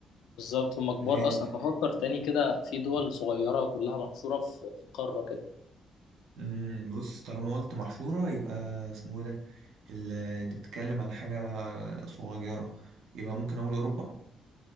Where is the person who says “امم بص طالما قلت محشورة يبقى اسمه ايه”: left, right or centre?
Right